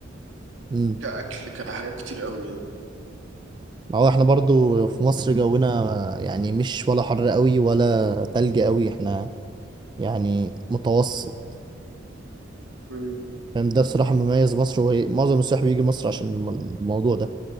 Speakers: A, on the right (about 20°); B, on the right (about 80°).
A: امم
B: كأكل كحاجات كتير قوي يعني
A: هو احنا برضو في مصر جونا يعني مش ولا حر قوي ولا تلج قوي احنا يعني متوسط
B: مم.
A: فاهم ده بصراحة مميز مصر وهي معظم السياح بيجي مصر عشان الم- الموضوع ده